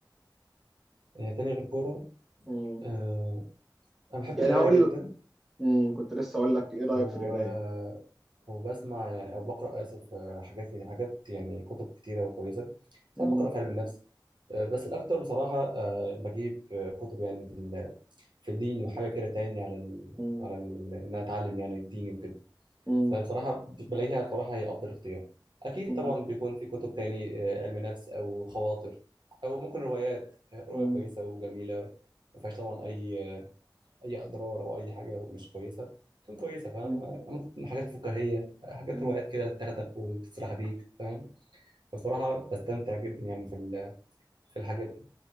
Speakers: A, on the right (about 70°); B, in the centre.
A: آه، تاني غير كوره
B: مم.
A: آه، انا بحب
B: يعني
A: القرايه
B: هقول
A: جدا
B: مم. كنت لسه اقول لك ايه رايك
A: و...
B: في القرايه
A: وبسمع يعني او بقرا اسف آه، حاجات حاجات يعني كتب كتيره وكويسه ساعات
B: مم.
A: بقرا في علم النفس آه، بس الاكتر بصراحه آه، بجيب آه، كتب يعني في ال- في الدين وحاجه كده تعيني على ال...
B: مم.
A: على ال... ان انا اتعلم يعني الدين وكده
B: مم.
A: فبصراحه بلاقيها بصراحه هي افضل اختيار اكيد
B: مم.
A: طبعا بيكون في كتب تاني آه، علم نفس او خواطر او ممكن روايات آه، روايه
B: مم.
A: كويسه وجميله ما فيهاش طبعا اي آه، اي اضرار او اي حاجه مش كويسه تكون كويسه فاهم
B: مم.
A: ممكن تكون حاجات فكاهيه حاجات
B: مم.
A: روايات كده تاخدك وتسرح بيك فاهم بصراحه بستمتع جدا يعني في ال- في الحاجات دي